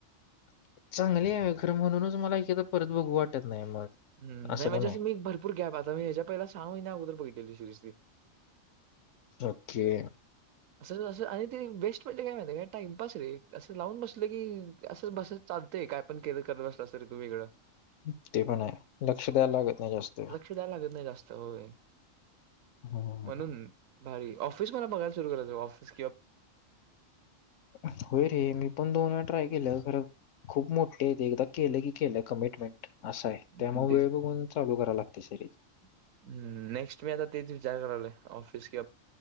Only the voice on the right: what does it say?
<inaudible> हम नाही म्हणजे
असं मी भरपूर गॅप आता मी ह्याच्या पहिला सहा महिन्या अगोदर बघितेली शिरीजली
<inaudible> अस अस आणि तेी बेस्ट म्हणजे काय माहिती का टाइमपरी असं लावून बसत की अस बस चालतेय काय पण केलं करत बसला असर तुगळं
लक्ष द्याय लागत नाही जास्त होय
म्हणून <inaudible> भारी ऑफिस मला बघाय सुरू कराचं ऑिस
हं,
<inaudible> हम्म नेक्स्ट मी आता ते जारगवले ऑफिस कि